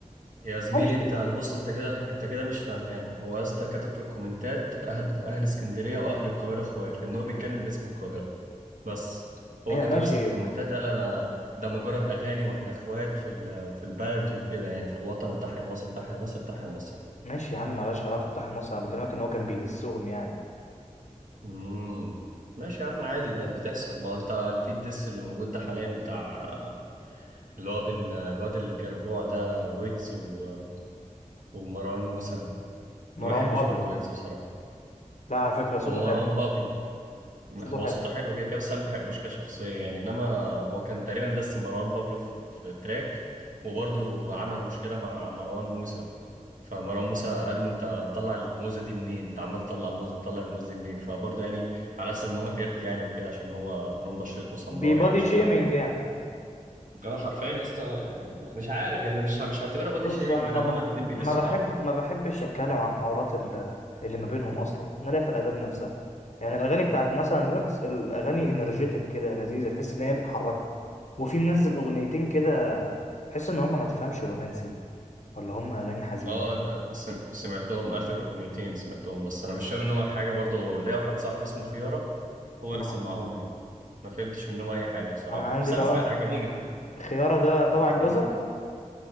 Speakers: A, on the right; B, on the left.
A: يا زميلي
B: معرفش
A: انت
B: ليه
A: بص انت كده انت كده مش فاهمان هو يا اسطى كتب في الكومنتات اهل اهل اسكندريه واهل القاهره اخوات لان هو بيتكلم باسم القاهره بس هو
B: ايوه
A: كتب
B: ماشي
A: بس في الكومنتات قال انا ده مجرد اغاني واحنا اخوات في ال- في البلد وكده يعني في الوطن وتحيا مصر تحيا مصر تحيا مصر
B: ماشي يا عم ملهاش علاقه بتاع مصر انا بكلمك ان هو كان بيدسهم يعني
A: امم ماشي يا عم عادي بس بتحصل ما هو انت في الدس اللي موجود ده حاليا بتاع اللي هو بين الواد الجربوع ده ويجز و- ومروان موسى
B: مروان
A: ما بحبش
B: بابلو
A: برضو ويجز بصراحه
B: لا على فكره صوته
A: او مروان
B: حلو
A: بابلو
B: صوته
A: هو
B: حلو
A: صوته حلو كده كده بس انا ما بحبوش كشخصيه يعني انما هو كان تقريبا دس مروان بابلو في في تراك وبرضه عمل مشكله مع مروان موسى فمروان موسى قال له انت مطلع الموزه دي منين انت عمال تطلع موز مطلع الموز دي منين فبرضه يعني على اساس ان هو قرد يعني وكده عشان هو لون بشرته سمراء
B: بيبادي
A: يعني شويه
B: شيمينج يعني
A: اه حرفيا يا اسطى يعني مش عارف يعني مش مش هعتبرها بادي
B: بص
A: شيمينج
B: انا
A: ما
B: ما
A: دام
B: بح...
A: هما الاتنين بيدسوا
B: ما بحب
A: بعض
B: ما بحبش اتكلم عن حوارات ال- اللي ما بينهم اصلا انا ليا في الاغاني نفسها يعني الاغاني بتاعت مثلا ويجز الاغاني انرجيتك كده لذيذه تحس ان هي بتحركك وفي منزل اغنيتين كده تحس ان هم ما تفهمش رومانسي ولا هم اغاني حزين
A: اه أنا سم- سمعتهم اخر اغنيتين سمعتهم بس انا مش فاهم منهم أي حاجه برضو ليا واحد صاحبي اسمه خياره هو
B: اه
A: اللي سمعهم لي ما فهمتش منهم اي حاجه بصراحه
B: انا عندي
A: يعني. بس
B: بقى
A: انا سمعت عجبوني
B: خياره ده تبع
A: عجبوني
B: الجزر